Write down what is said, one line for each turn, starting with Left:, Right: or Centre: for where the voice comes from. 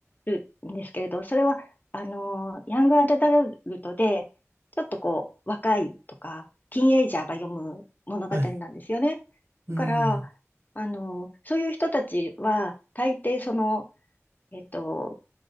Left: るんですけれど、それは、あの、ヤングアダルトで、ちょっとこう、若いとか、ティーンエイジャーが読む物語なんですよね。
Right: はい、うーん、
Left: だから、あの、そういう人たちは、大抵その、えっと、